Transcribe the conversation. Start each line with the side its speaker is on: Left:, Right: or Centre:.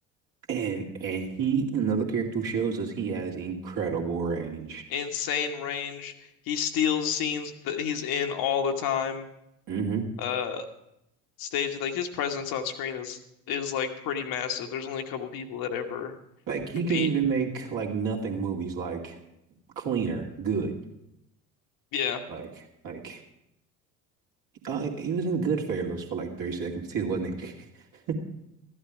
Right: And and he another character who shows us he has incredible range.
Left: insane range. He steals scenes that he's in all the time.
Right: hmm
Left: Uh, stage like his presence on screen is is like pretty massive. There's only a couple people that ever
Right: Like he
Left: compete.
Right: can even make like nothing movies like cleaner, good.
Left: Yeah.
Right: Like like uh, he was in Goodfellas for like three seconds too, wasn't he? <laughs>